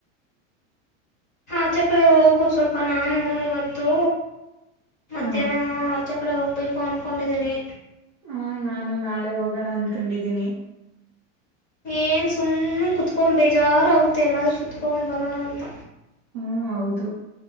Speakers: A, on the left; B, on the right.
A: ಆಚೆ ಕಡೆ ಹೋಗು ಸ್ವಲ್ಪ ನಾನು ಇವತ್ತು ಮಧ್ಯಾಹ್ನ
B: ಹ
A: ಆಚೆ ಕಡೆ ಬರ್ಬೇಕು ಅನ್ಕೊಂಡಿದ್ದೀನಿ
B: ಹ್ಮ ನಾನು ನಾಳೆ ಹೋಗೋಣ ಅನ್ಕೊಂಡಿದ್ದೀನಿ
A: ಏನ್ ಸುಮ್ಮ್ನೆ ಕುತ್ಕೊಂಡ್ ಬೇಜಾರ ಆಗುತ್ತೆ ಎಲ್ಲಾದ್ರೂ ಸುತ್ಕೊಂಡ್ ಬರೋಣ ಅಂತ
B: ಹ್ಮ ಹೌದು